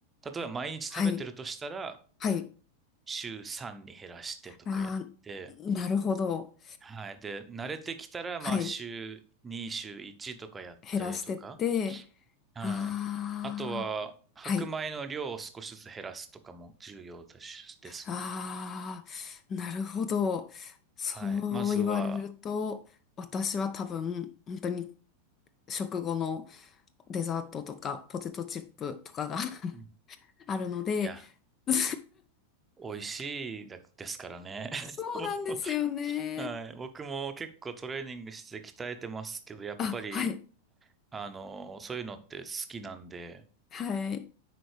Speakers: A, on the right (about 15°); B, on the left (about 25°).
A: えば毎日食べてるとしたら、
B: はい。はい。
A: 週3に減らしてとかやって、
B: ああ、なるほど。
A: はい。で、慣れてきたら、
B: はい。
A: まあ週2、週1とかやったりとか、
B: 減らしてって、
A: はい。
B: ああ、
A: あとは、白米の量を少しずつ減らすとかも重要だし、
B: はい。
A: ですね。
B: ああ、なるほど。そう言われると、
A: はい。まずは、
B: 私は多分、本当に食後のデザートとか、ポテトチップとかが <laughs>
A: うん
B: あるので、
A: いや、
B: <laughs>
A: 美味しいだですからね。
B: そうなんですよね。
A: <laughs> はい。僕も結構トレーニングして鍛えてますけど、やっぱり、
B: あ、はい。
A: あの、そういうのって好きなんで、
B: はい。